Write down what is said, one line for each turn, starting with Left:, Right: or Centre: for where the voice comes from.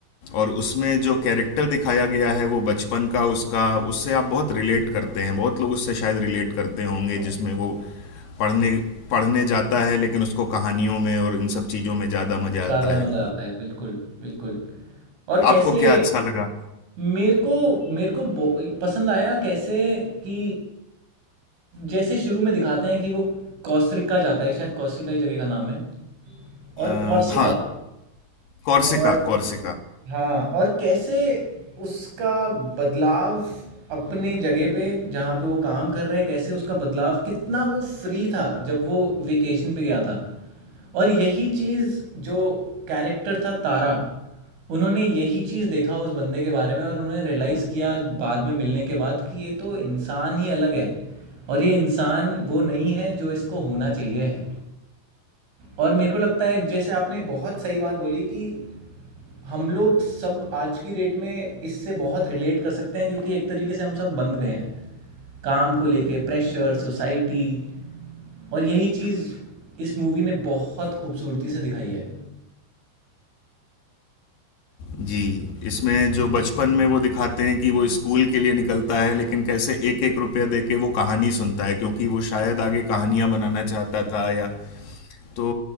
Left: और उसमें जो कैरेक्टर दिखाया गया है वो बचपन का उसका उससे आप बहुत रिलेट करते हैं बहुत लोग उससे शायद रिलेट करते होंगे जिसमें वो पढ़ने पढ़ने जाता है लेकिन उसको कहानियों में और इन सब चीज़ों में ज़्यादा मज़ा
Right: ज़्यादा
Left: आता है
Right: मज़ा आता है बिल्कुल बिल्कुल और कैसे
Left: आपको क्या अच्छा लगा
Right: मेरे को मेरे को बो पसंद आया कैसे कि जैसे शुरू में दिखाते हैं कि वो कोस्टा रिका जाता है शायद कोस्टा रिका ही जगह का नाम है
Left: अ,
Right: और कोर्सिका
Left: हाँ कॉर्सिका
Right: और
Left: कॉर्सिका
Right: हाँ और कैसे उसका बदलाव अपने जगह पे जहाँ पे वो काम कर रहा है कैसे उसका बदलाव कितना वो फ्री था जब वो वेकेशन पे गया था और यही चीज़ जो कैरेक्टर था तारा उन्होंने यही चीज़ देखा उस बंदे के बारे में और उन्होंने रियलाइज़ किया बाद में मिलने के बाद कि ये तो इंसान ही अलग है और ये इंसान वो नहीं है जो इसको होना चाहिए है और मेरे को लगता है जैसे आपने बहुत सही बात बोली कि हम लोग सब आज की डेट में इससे बहुत रिलेट कर सकते हैं क्योंकि एक तरीके से हम सब बंद गए हैं काम को लेके प्रेशर सोसाइटी और यही चीज़ इस मूवी ने बहुत खूबसूरती से दिखाई है
Left: जी इसमें जो बचपन में वो दिखाते हैं कि वो स्कूल के लिए निकलता है लेकिन कैसे एक एक रुपया दे के वो कहानी सुनता है क्योंकि वो शायद आगे कहानियां बनाना चाहता था या तो